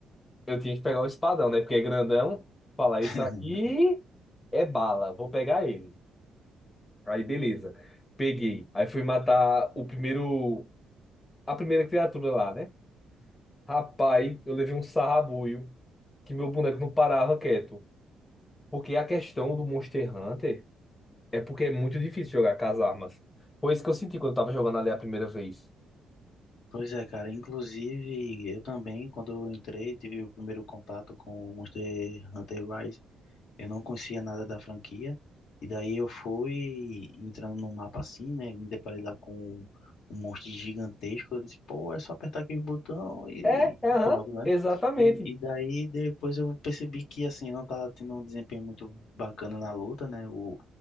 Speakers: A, on the left (about 25°); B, on the left (about 75°).
A: Eu tinha que pegar o espadão, né? Porque é grandão. Falar,
B: <laughs>
A: isso aqui é bala, vou pegar ele. Aí beleza, peguei. Aí fui matar o primeiro, a primeira criatura lá, né? Rapaz, eu levei um sarrabulho que meu boneco não parava quieto. Porque a questão do Monster Hunter. É porque é muito difícil jogar com as armas. Foi isso que eu senti quando eu tava jogando ali a primeira vez.
B: Pois é, cara. Inclusive, eu também, quando eu entrei, tive o primeiro contato com o Monster Hunter Rise. Eu não conhecia nada da franquia. E daí eu fui entrando no mapa assim, né? Me deparei lá com um monstro gigantesco. Eu disse, pô, é só apertar aqui o botão e,
A: É, aham,
B: e pronto, né?
A: exatamente.
B: E, e daí depois eu percebi que assim, eu não tava tendo um desempenho muito bacana na luta, né? O,